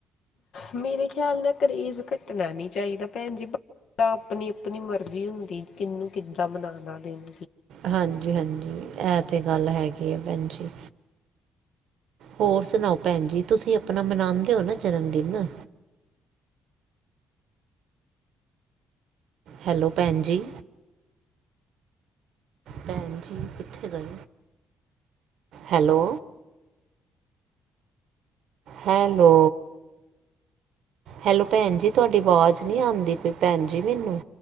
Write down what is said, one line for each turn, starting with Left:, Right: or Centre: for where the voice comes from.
Left: ਮੇਰੇ ਖਿਆਲ ਨਾਲ ਕਰੇਜ਼ ਘੱਟਣਾ ਨੀ ਚਾਈਦਾ ਭੈਣ ਜੀ, ਬਾ- ਤਾਂ ਆਪਣੀ- ਆਪਣੀ ਮਰਜ਼ੀ ਹੁੰਦੀ ਕਿਨੂੰ ਕਿੱਦਾਂ ਮਨਾਨਾ ਦਿਨ।
Right: ਹਾਂਜੀ- ਹਾਂਜੀ ਐ ਤਾਂ ਗੱਲ ਹੈਗੀ ਏ ਭੈਣ ਜੀ। ਹੋਰ ਸੁਣਾਓ ਭੈਣ ਜੀ, ਤੁਸੀਂ ਆਪਨਾ ਮਨਾਂਦੇ ਓ ਨਾ ਜਨਮਦਿਨ? ਹੈਲੋ ਭੈਣ ਜੀ। ਭੈਣ ਜੀ ਕਿੱਥੇ ਗਏ? ਹੈਲੋ, ਹੈਲੋ, ਹੈਲੋ ਭੈਣ ਜੀ ਤੁਆਡੀ ਵਾਜ਼ ਨੀ ਆਂਦੀ ਪਈ ਭੈਣ ਜੀ ਮਿਨੂੰ।